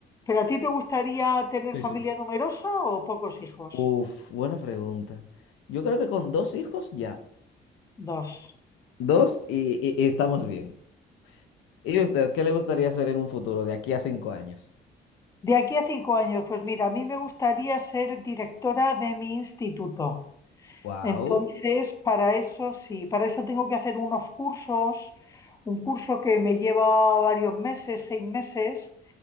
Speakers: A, on the left (about 15°); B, on the left (about 80°).
A: ¿Pero a ti te gustaría tener
B: Sí, sí.
A: familia numerosa o pocos hijos?
B: Uf, buena pregunta. Yo creo que con dos hijos ya.
A: Dos.
B: Dos y, y- y estamos bien. ¿Y usted qué le gustaría hacer en un futuro de aquí a cinco años?
A: De aquí a cinco años, pues mira, a mí me gustaría ser directora de mi instituto.
B: Wow,
A: Entonces, para eso sí, para eso tengo que hacer unos cursos, un curso que me lleva varios meses, seis meses,